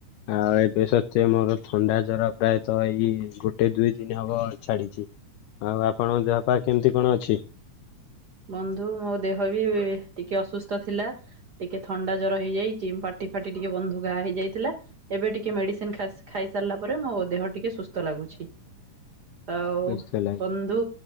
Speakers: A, on the left (about 90°); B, on the right (about 70°).
A: ଆଉ ଏବେ ସତ୍ୱେ ମୋର ଥଣ୍ଡା ଜର ପ୍ରାୟତଃ ଏଇ ଗୋଟେ ଦୁଇ ଦିନ ହବ ଛାଡିଛି। ଆଉ ଆପଣଙ୍କ ଦେହ ପାହ କେମିତି କଣ ଅଛି?
B: ବନ୍ଧୁ ମୋ ଦେହ ବି ଟିକେ ଅସୁସ୍ଥ ଥିଲା। ଟିକେ ଥଣ୍ଡା ଜର ହେଇଯାଇଛି ପାଟି ଫାଟି ଟିକେ ବନ୍ଧୁ ଘା ହେଇଯାଇଥିଲା। ଏବେ ଟିକେ ମେଡିସିନ ଖାଇସାରିଲା ପରେ ମୋ ଦେହ ଟିକେ ସୁସ୍ଥ ଲାଗୁଛି। ଆଉ
A: ସୁସ୍ଥ ହେଲା?
B: ବନ୍ଧୁ